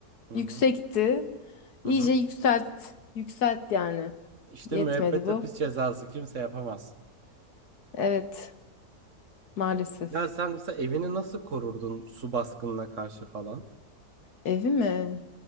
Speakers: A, on the right; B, on the left.
A: Hı
B: yüksekti.
A: hı.
B: İyice
A: Hı hı.
B: yükselt. Yükselt yani.
A: İşte
B: Yetmedi
A: müebbet
B: bu.
A: hapis cezası kimse yapamaz.
B: Evet, maalesef.
A: Ya sen mesela evini nasıl korurdun su baskınına karşı falan?
B: Evi mi?